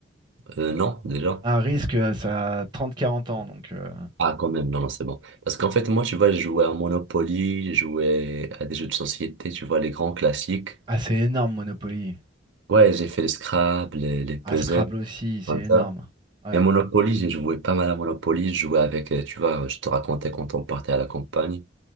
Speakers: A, on the right; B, on the right.
A: Euh, non, déjà.
B: Ah, risque, euh, ça a 30-40 ans, donc. euh,
A: Ah, quand même, non, non, c'est bon. Parce qu'en fait, moi, tu vois, je jouais à Monopoly, je jouais à des jeux de société, tu vois, les grands classiques.
B: Ah, c'est énorme, Monopoly.
A: Ouais, j'ai fait le Scrabble, les, les puzzles,
B: Ah, Scrabble aussi, c'est
A: comme
B: énorme.
A: ça.
B: Ouais.
A: Et Monopoly, j'ai joué pas mal à Monopoly. Je jouais avec, euh, tu vois, je te racontais quand on partait à la campagne.